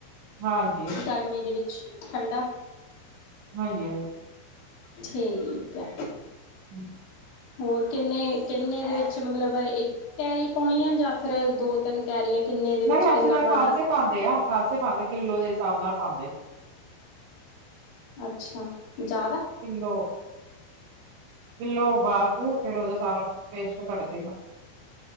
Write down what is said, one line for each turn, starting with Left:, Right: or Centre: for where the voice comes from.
Right: ਹਾਂਜੀ
Left: ਗਰਮੀ ਦੇ ਵਿੱਚ ਠੰਡਾ
Right: ਹਾਂਜੀ
Left: ਠੀਕ ਐ।
Right: <unintelligible>
Left: ਹੋਰ ਕਿੰਨੇ -ਕਿੰਨੇ ਦੇ ਵਿੱਚ ਮਤਲਬ ਇੱਕ ਕੈਰੀ ਪਾਉਣੀ ਆ ਜਾਂ ਫਿਰ ਦੋ ਤਿੰਨ ਕੈਰੀਆਂ ਕਿੰਨੇ ਦੇ ਵਿੱਚ
Right: ਨਹੀਂ
Left: ਕਿੰਨਾ
Right: ਅਸੀਂ ਤਾਂ
Left: ਬਣਦਾ
Right: ਖਾਸੇ ਪਾਂਦੇ ਆ ਖਾਸੇ ਪਾਂਦੇ ਕਿੱਲੋ ਦੇ ਹਿਸਾਬ ਨਾਲ ਪਾਂਦੇ।
Left: ਅੱਛਾ ਜ਼ਿਆਦਾ
Right: ਕਿਲੋ -ਕਿਲੋ ਬਾਸੂ ਫਿਰ ਉਹਦਾ ਸਾਰਾ ਪੇਸਟ ਕੱਟਦੇ ਹਾਂ।